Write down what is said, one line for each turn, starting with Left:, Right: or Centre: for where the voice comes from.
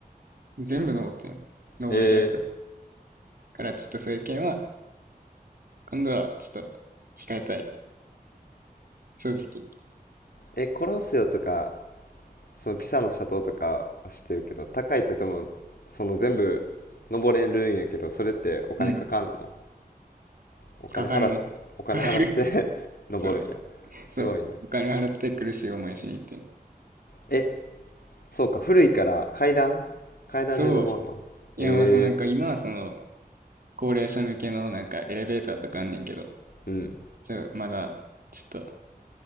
Right: 全部登ってん。登れるやつ。
Left: えー、
Right: から、ちょっとそういう件は、今度はちょっと控えたい。正直。
Left: え、コロッセオとか、そのピサのシャトーとかは知ってるけど、高い建物、その全部登れるんやけど、それってお金かかんの
Right: うん。
Left: お金払って、
Right: かかるね。
Left: お金払って
Right: かかる。
Left: <laughs> 登るんや。
Right: そう。
Left: すごいね。
Right: そう。お金払って苦しい思いしに行って。
Left: え、そうか、古いから階段階段で登んのへえ、
Right: そう。いや、まあ、そう、なんか今はその、高齢者向けのなんかエレベーターとかあんねんけど、
Left: うん。
Right: ちょ、まだ、ちょっと、